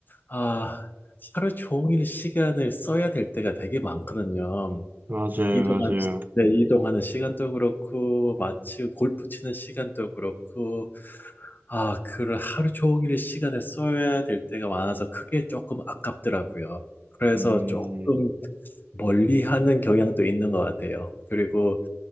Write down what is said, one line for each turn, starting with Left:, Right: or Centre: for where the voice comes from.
Left: 아, 하루 종일 시간을 써야 될 때가 되게 많거든요.
Right: 맞아요,
Left: 이동한,
Right: 맞아요.
Left: 네, 이동하는 시간도 그렇고, 마치 골프 치는 시간도 그렇고, 아, 그런 하루 종일 시간을 써야 될 때가 많아서 그게 조금 아깝더라고요. 그래서
Right: 음,
Left: 조금 멀리하는 경향도 있는 것 같아요. 그리고